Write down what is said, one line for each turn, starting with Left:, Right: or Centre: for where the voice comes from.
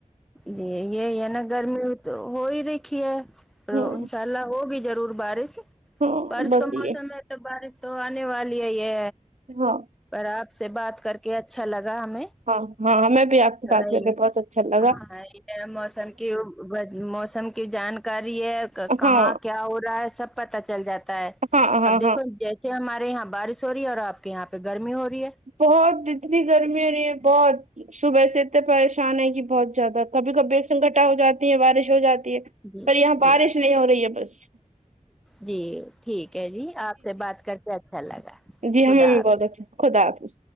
Centre: جی یہی ہے نا گرمی تو ہو ہی رکھی ہے آ
Right: ہاں
Centre: انشاء اللہ ہوگی ضرور بارش
Right: ہاں
Centre: بارش
Right: بس
Centre: کا
Right: یہ
Centre: موسم ہے بارش تو آنے والی ہے یے
Right: ہاں
Centre: پر آپ سے بات کر کے اچھا لگا ہمیں
Right: ہاں ہاں ہمیں بھی آپ
Centre: تھوڑا
Right: سے بات کر
Centre: یہ
Right: کے بہت اچھا لگا
Centre: ہاں یہ موسم کی موسم کی جانکاری ہے کہاں
Right: ہاں
Centre: کیا ہو رہا ہے سب پتا چل جاتا ہے
Right: ہاں ہاں
Centre: اب دیکھو
Right: ہاں
Centre: جیسے ہمارے یہاں بارش ہو رہی ہے اور آپ کے یہاں پے گرمی ہو رہی ہے
Right: بہت جتنی گرمی ہو رہی ہے بہت صبح سے اتنے پریشان ہے کی بہت جیادہ کبھی کبھی سنکٹا ہو جاتی ہے بارش ہو جاتی ہے
Centre: جی
Right: پر
Centre: جی
Right: یہاں
Centre: جی
Right: بارش نہیں ہو رہی ہے بس
Centre: جی ٹھیک ہے جی آپ سے بات کرتے اچھا لگا
Right: جی
Centre: خدا
Right: ہمیں بھی
Centre: حافظ
Right: بہت اچھا خدا حافظ